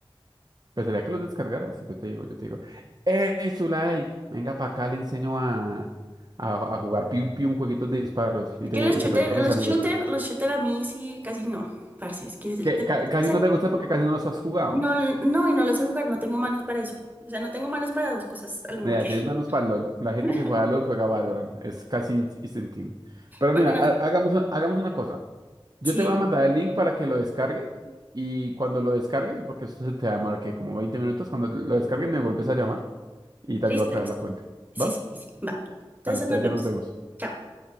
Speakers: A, on the right; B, on the right.
A: Pensaría que los descargaras, si yo te digo, yo te digo, ¡eh, Zulay! Venga para acá, le enseño a, a, a jugar pium pium jueguitos de disparos y te,
B: Que los
A: y
B: shooters
A: te presento a mis
B: los
A: amigos.
B: shooter, los shooter a mí sí casi no, parce, es que es-
A: Que ca- casi
B: o sea,
A: no te gusta porque casi no los has jugado.
B: no, no, y no lo sé jugar, no tengo manos para eso. O sea, no tengo manos para dos cosas al mismo
A: Mira, 10 manos para LOL.
B: tiempo.
A: La gente que juega LOL
B: <laughs>
A: juega Valorant. Es casi in- instintivo. Pero
B: Bueno,
A: mira, ha-
B: no,
A: hagamos, hagamos una cosa. Yo
B: sí,
A: te voy a mandar el link para que lo descargues. Y cuando lo descargues, porque eso se te va a llamar que como 20 minutos, cuando lo descargues me vuelves a llamar y te
B: listo,
A: ayudo a crear
B: listo.
A: la cuenta.
B: Sí,
A: ¿Va?
B: sí, sí, sí, va. Entonces
A: Vale, entonces
B: nos vemos.
A: ya nos vemos.
B: Chao.